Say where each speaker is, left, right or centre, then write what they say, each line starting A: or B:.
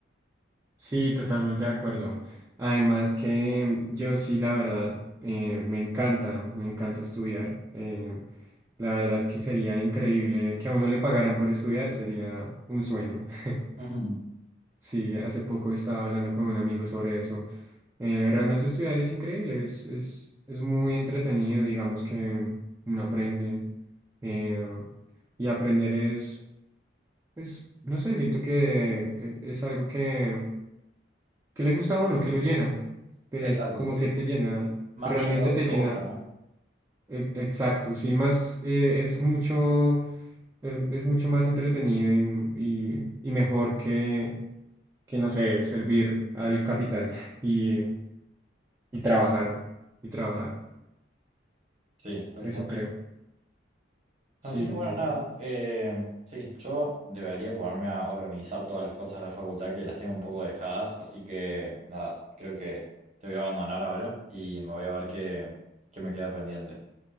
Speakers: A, on the right (about 15°); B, on the right (about 35°).
A: Sí, totalmente de acuerdo. Además que yo sí, la verdad, eh, me encanta, me encanta estudiar. Eh, la verdad que sería increíble que a uno le pagaran por estudiar, sería un sueño. <laughs>
B: <laughs> Ujú.
A: Sí, hace poco estaba hablando con un amigo sobre eso. Eh, realmente estudiar es increíble, es, es, es muy entretenido, digamos que uno aprende. eh, y aprender es, pues, no sé, siento que eh, es algo que... ¿Qué le gusta a uno? ¿Qué lo llena? Te-
B: Exacto,
A: como
B: sí.
A: que te llena,
B: Más
A: realmente
B: si es algo que
A: te
B: te
A: llena,
B: gusta, ¿no?
A: e- exacto, sí, más eh, es mucho, eh, es mucho más entretenido y, y- y mejor que, que, no sé, servir al capital <laughs> y, y trabajar, y trabajar,
B: Sí, tal
A: eso
B: cual.
A: creo.
B: Así
A: Sí,
B: que
A: sí,
B: bueno,
A: sí.
B: nada. eh, sí, yo debería ponerme a organizar todas las cosas de la facultad que las tengo un poco dejadas. Así que nada, creo que te voy a abandonar ahora y me voy a ver qué, qué me queda pendiente.